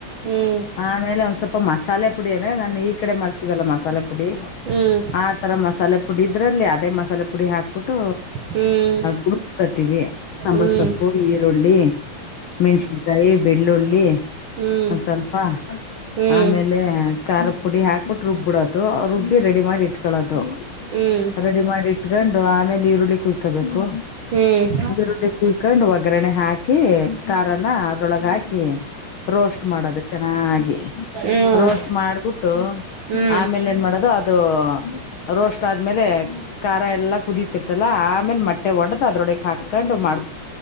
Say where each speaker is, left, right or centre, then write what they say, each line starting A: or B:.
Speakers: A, on the right; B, on the left.
A: ಹ್ಮ್
B: ಆಮೇಲೆ ಒಂದ್ ಸ್ವಲ್ಪ ಮಸಾಲೆ ಪುಡಿ ಅನೆ ನಾನ್ ಈ ಕಡೆ ಮಾಡ್ತೀವಲ್ಲ ಮಸಾಲೆ ಪುಡಿ
A: ಹ್ಮ್
B: ಆ ತರ ಮಸಾಲೆ ಪುಡಿ ಅದ್ರಲ್ಲಿ ಅದೇ ಮಸಾಲೆ ಪುಡಿ ಹಾಕ್ಬಿಟ್ಟು
A: ಹ್ಮ್ ಹ್ಮ್
B: ಗುಡ್ಬತೀವಿ ಸಾಂಬಾರ
A: ಹ್ಮ್
B: ಸೊಪ್ಪು ಈರುಳ್ಳಿ ಮೆಣಸಿನ್ಕಾಯಿ ಬೆಳ್ಳುಳ್ಳಿ
A: ಹ್ಮ್ ಹ್ಮ್
B: ಸ್ವಲ್ಪ
A: ಹ್ಮ್
B: ಆಮೇಲೆ ಖಾರ ಪುಡಿ ಹಾಕ್ಬಿು ರುಬ್ಬಿಡೋದು ರುಬ್ಬ ರೆಡಿ ಮಾಡಿ ಇಟ್ಕೊಳ್ಳೋದು
A: ಹ್ಮ್
B: ರೆಡಿ ಮಾಡಿ ಇಟ್ಕೊಂಡು ಆಮೇಲೆ ಈರುಳ್ಳಿ ಕುಯಕಬೇಕು
A: ಹ್ಮ್
B: ಈರುಳ್ಳಿ ಕುಳ್ಕೊಂಡು ಒಗ್ಗರಣೆ ಹಾಕಿ ಖಾರನ ಅದೊಳಗ ಹಾಕಿ ರೋಸ್ಟ್ ಮಾಡೋದು ಚೆನ್ನಾಗಿ
A: ಹ್ಮ್
B: ರೋಸ್ಟ್ ಮಾಡ್ಬಿಟ್ಟು
A: ಹ್ಮ್
B: ಆಮೇಲೆ ಏನ್ ಮಾಡೋದು ಅ ಅದು ರೋಸ್ಟ್ ಆದ್ಮೇಲೆ ಖಾರ ಎಲ್ಲಾ ಕುದೀತಿರ್ತಲ್ಲಾ ಆಮೇಲೆ ಮೊಟ್ಟೆ ಒಡ್ದ್ ಅದ್ರೊಳಗೆ ಹಾಕೊಂಡು ಮಾಡ